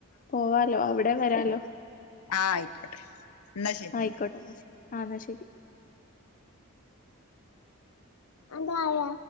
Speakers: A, on the left; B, on the left.
A: പോവാലോ അവിടെ വരാലോ
B: ആഹ് ആയ്ക്കോട്ടെ ഇന്നാ ശരിന്നാ
A: ആയിക്കോട്ടെ എന്നാ ശരി ആഹ് എന്നാ ശരി
B: എന്താ ആയാ